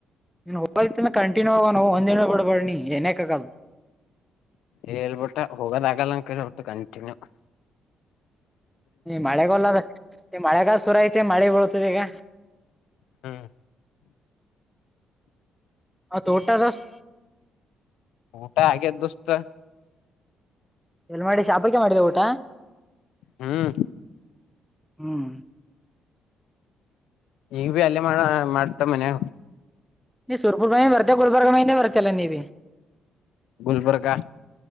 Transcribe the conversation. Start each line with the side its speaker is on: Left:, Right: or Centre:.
Centre: ನೀನು ಕಂಟಿನ್ಯೂಗಾಗಿ ಹೋಗು ಒಂದಿನ ಬಿಡಬೇಡ
Left: ಹೇಳ್ಬಿಟ್ಟೆ ನಾನು ಕಂಟಿನ್ಯೂ ಆಗಿ ಹೋಗಕ್ಕಾಗಲ್ಲ ಅಂತ
Centre: ಮಳೆಗಾಲ ಶುರುವಾಯ್ತು ಮಳೆ ಬರುತ್ತ ಇವಾಗ
Left: ಹಾ
Centre: ಹಾ ತೋಟ <unintelligible> ದಲ್ಲಿ
Left: ಊಟ ಆಗಿದೆ ದೋಸ್ತ
Centre: ಎಲ್ ಮಾಡಿದಿ <unintelligible> ಶಾಪಲ್ಲೆ ಊಟ
Left: ಹ್ಮ್
Centre: ಹ್ಮ್
Left: ಇಗ್ಬೀ ಅಲ್ಲೇ ಮಾಡ್ತಾ ಮನೆಗ
Centre: <unintelligible> ನೀನು ಸುರಪುರದಿಂದ ಬಂದ ಇಲ್ಲ ಗುಲ್ಬರ್ಗ ಯಿಂದ ಬಂದ
Left: ಗುಲ್ಬರ್ಗ